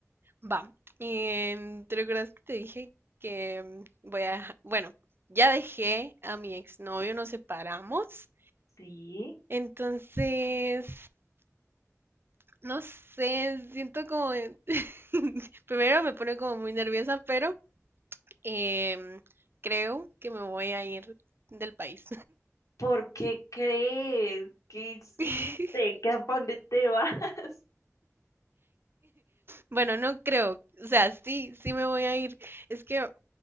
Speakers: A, on the right (about 45°); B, on the left (about 85°).
A: va. Em, ¿te recuerdas que te dije que mm, voy a... Bueno, ya dejé a mi exnovio, nos separamos.
B: Sí,
A: Entonces, no sé, siento como... <laughs> Primero me pone como muy nerviosa, pero em, creo que me voy a ir del país.
B: ¿por qué crees? ¿Qué hiciste?
A: <laughs>
B: ¿Qué, a dónde te vas? <laughs>
A: Bueno, no creo. O sea, sí, sí me voy a ir. Es que,